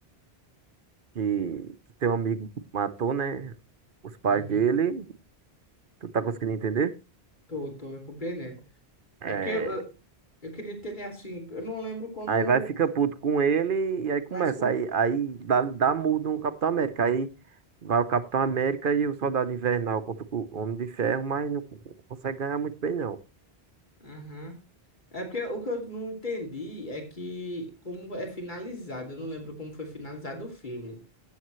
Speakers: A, on the right (about 55°); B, on the left (about 50°).
A: que, que teu amigo matou, né? Os pais
B: uhum,
A: dele. Tu tá conseguindo entender?
B: tô, tô compreendendo.
A: É,
B: É porque eu, eu eu queria ter assim. Eu não lembro como.
A: aí vai, fica puto com ele e aí começa.
B: Mas com.
A: Aí, aí dá, dá murro no Capitão América. Aí vai o Capitão América e o Soldado Invernal contra o Homem de Ferro, mas não consegue ganhar muito bem, não.
B: Aham. É porque o que eu não entendi é que como é finalizado. Eu não lembro como foi finalizado o filme.